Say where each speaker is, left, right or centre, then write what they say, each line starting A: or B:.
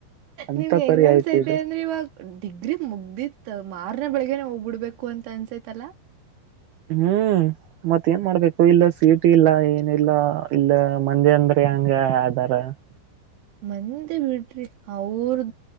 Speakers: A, on the right; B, on the right.
A: ಅಂತ
B: ನಿಮ್ಗೆ ಹೆಂಗ
A: ಪರಿ ಆಯ್ತು
B: ಅನ್ಸೈತೆ
A: ಇದು
B: ಅಂದ್ರೆ ಇವಾಗ ಡಿಗ್ರಿ ಮುಗ್ದಿತ್ ಮಾರ್ನೆ ಬೆಳಗ್ನೆ ಹೋಗ್ಬಿಡ್ಬೇಕು ಅಂತ ಅನ್ಸೈತಲ್ಲಾ
A: ಹ್ಮ್ ಮತ್ ಏನ್ ಮಾಡ್ಬೇಕು ಇಲ್ಲ ಸೀಟಿ ಇಲ್ಲ ಏನಿಲ್ಲ ಇಲ್ಲ ಮಂದಿ ಅಂದ್ರೆ ಹಗೆ ಅಾರ <unintelligible>
B: ಮಂದೆ ಬಿಡ್ರಿ ಅವ್ರ